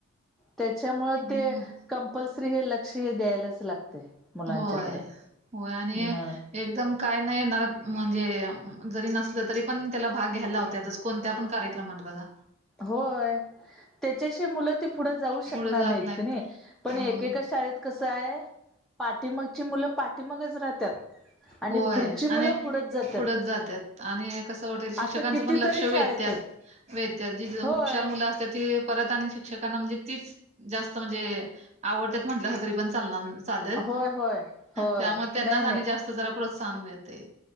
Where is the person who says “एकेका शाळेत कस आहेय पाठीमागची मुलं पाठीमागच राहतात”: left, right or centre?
Centre